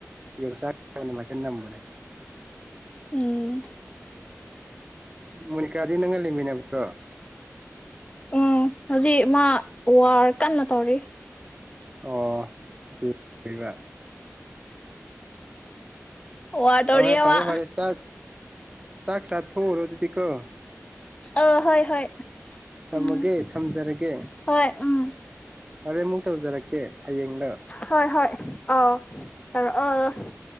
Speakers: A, on the right (about 20°); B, on the left (about 25°).
A: ꯌꯣꯡꯆꯥꯛ ꯃꯅꯝ ꯑꯥꯛꯇ ꯅꯝꯕꯅꯦ
B: ꯎꯝ
A: ꯃꯣꯅꯤꯀꯥꯗꯤ ꯅꯪꯒ ꯂꯩꯃꯤꯟꯅꯕ꯭ꯔꯣ
B: ꯎꯝ ꯍꯧꯖꯤꯛ ꯃꯥ ꯋꯥꯔ ꯀꯟꯅ ꯇꯧꯔꯤ
A: ꯑꯣ ꯗꯤ ꯂꯤꯕ
B: ꯋꯥꯔ ꯇꯧꯔꯤꯌꯦ
A: ꯎ ꯑꯣꯏ ꯐꯔꯦ
B: ꯃꯥ
A: ꯐꯔꯦ ꯆꯥꯛ ꯆꯥꯛ ꯁꯥ ꯊꯣꯎꯔꯣ ꯑꯗꯨꯗꯤ ꯀꯣ
B: ꯑ ꯍꯣꯏ ꯍꯣꯏ
A: ꯊꯝꯃꯒꯦ
B: ꯎꯝ
A: ꯊꯝꯖꯔꯒꯦ
B: ꯍꯣꯏ ꯎꯝ
A: ꯍꯣꯔꯦ ꯑꯃꯨꯛ ꯇꯧꯖꯔꯛꯀꯦ ꯍꯌꯦꯡꯂ
B: ꯍꯣꯏ ꯍꯣꯏ ꯑꯧ ꯇꯧꯔꯛꯑꯣ